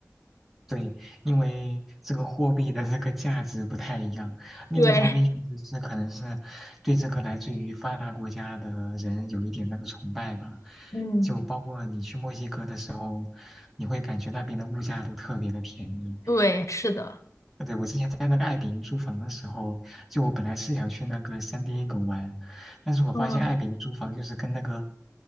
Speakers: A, in the centre; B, on the left.
A: 对，因为这个货币的这个价值不太一样。另一方面，
B: 对
A: 确实是可能是对这个来自于发达国家的人有一点那个崇拜吧。
B: <laughs>，嗯
A: 就包括你去墨西哥的时候，你会感觉那边的物价都特别的便宜，
B: 对，是的，
A: 对，我之前在那个爱彼迎租房的时候，就我本来是想去那个 San Diego 玩，但是我发现爱彼迎租房就是跟那个
B: 嗯，